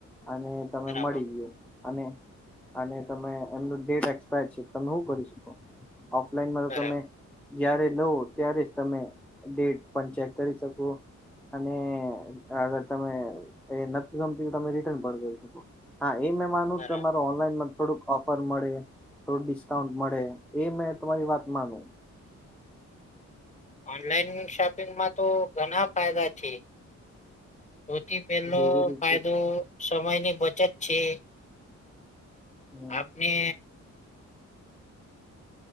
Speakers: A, in the centre; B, on the left (about 25°).
A: અને તમે
B: બરાબર
A: મળી ગયો. અને-અને તમે એમનું ડેટ એક્સપાયર છે. તમે હુ કરી શકો? ઓફલાઈનમાં
B: બરાબર
A: તો તમે જયારે લેવો ત્યારે જ તમે ડેટ પણ ચેક કરી શકો. અને અગર તમે એ નથી ગમતી તો તમે રિટર્ન પર કરી શકો. ઈ મેં માનુંક
B: બરાબર
A: તમારો ઓન ઓનલાઈનમાં થોડુંક ઓફર મળે, થોડુંક ડિસ્કાઉન્ટ મળે. એ મેં તમારી વાત માનું.
B: ઓનલાઈન શોપિંગમાં તો ઘના ફાયદા છે. સૌથી પહેલો
A: જેવી રીતે
B: ફાયદો સમયની બચત છે.
A: હમ
B: આપને